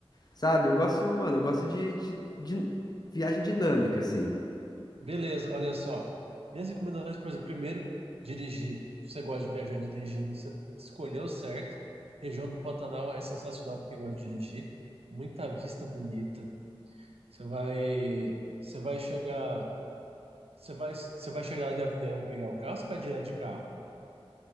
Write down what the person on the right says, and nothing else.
Beleza, olha só. Minhas recomendações, por exemplo, primeiro, dirigir. Se você gosta de viajar dirigindo, você escolheu certo. Região do Pantanal é sensacional porque gosta de dirigir. Muita vista bonita. Você vai, você vai chegar, você vai, você vai chegar lá de avião e pegar o carro, você vai direto de carro.